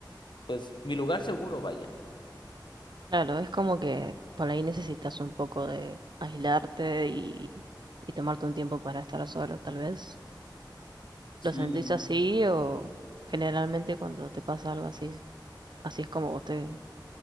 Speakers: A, on the left; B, on the right.
A: pues mi lugar seguro, vaya.
B: Claro, es como que por ahí necesitas un poco de aislarte y, y tomarte un tiempo para estar solo, tal vez.
A: Sí,
B: ¿Lo sentís así o generalmente cuando te pasa algo así, así es como vos te,